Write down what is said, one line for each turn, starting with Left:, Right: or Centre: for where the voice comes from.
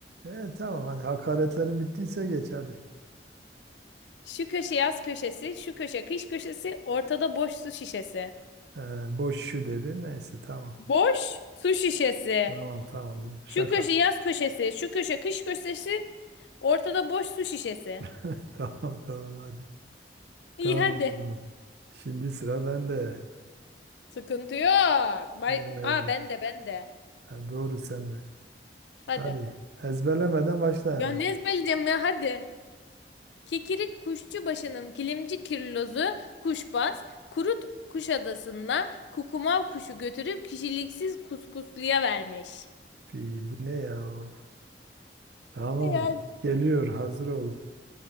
Right: E, tamam hadi hakaretlerin bittiyse geç hadi.
Left: Şu köşe yaz köşesi, şu köşe kış köşesi, ortada boş su şişesi.
Right: E, boş şu dedi. Neyse tamam.
Left: Boş su şişesi.
Right: Tamam tamam. tamam. Şaka.
Left: Şu köşe yaz köşesi, şu köşe kış köşesi, ortada boş su şişesi.
Right: <laughs> Tamam tamam hadi.
Left: İyi
Right: Tamam.
Left: hadi.
Right: Şimdi sıra bende.
Left: Sıkıntı yok. Bay
Right: Evet.
Left: Aa ben de ben de.
Right: Ha, doğru sende.
Left: Hadi.
Right: Hadi. Ezberlemeden başla hemen.
Left: Ya ne ezberleyeceğim ya hadi. Kikirik Kuşçubaşı'nın kilimci kirlozu kuşbaz, kurut Kuşadası'na kukumav kuşu götürüp kişiliksiz kuskusluya vermiş.
Right: Fi, bu ne ya? Of. Tamam.
Left: Eğer
Right: Geliyor. Hazır ol.